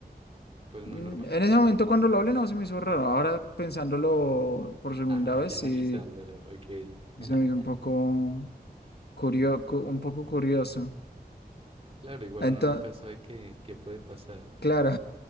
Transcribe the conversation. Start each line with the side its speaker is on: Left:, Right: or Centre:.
Right: pues
Left: Mm,
Right: muy normal,
Left: En ese
Right: la
Left: momento
Right: verdad.
Left: cuando lo hablé no se me hizo raro. Ahora pensándolo por segunda
Right: Ah,
Left: vez
Right: ya
Left: sí
Right: analizándolo, ok.
Left: se
Right: <laughs>
Left: me hizo un poco curioso, un poco curioso.
Right: Claro, igual
Left: Entonces,
Right: uno nunca sabe qué, qué puede pasar,
Left: claro,